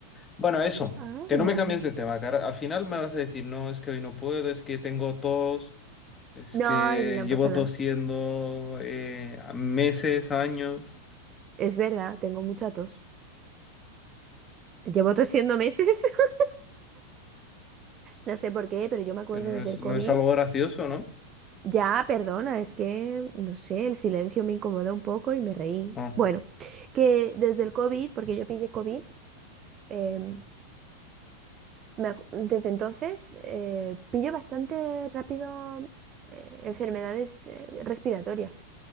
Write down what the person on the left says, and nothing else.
Bueno, eso,
que no me cambies de tema, cara. Al final me vas a decir, no, es que hoy no puedo, es que tengo tos. Es
que
llevo
tosiendo eh, meses, años,
pero no
es,
no
es algo gracioso, ¿no?
No.